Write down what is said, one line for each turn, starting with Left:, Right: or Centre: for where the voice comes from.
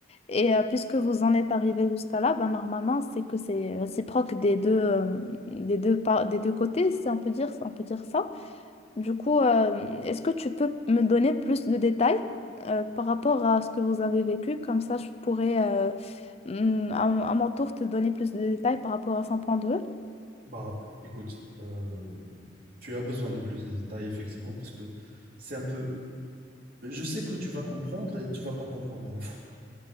Left: Et euh, puisque vous en êtes arrivé jusqu'à là, bah, normalement, c'est que c'est réciproque des deux, euh, des deux, par- des deux côtés, si on peut dire, si on peut dire ça. Du coup, euh, est-ce que tu peux me donner plus de détails euh, par rapport à ce que vous avez vécu? Comme ça, je pourrais euh, mm, à, à mon tour te donner plus de détails par rapport à son point de vue.
Right: bah écoute, euh, tu as besoin de plus de détails, effectivement, parce que c'est un peu. Je sais que tu vas comprendre et tu vas pas comprendre à la fois.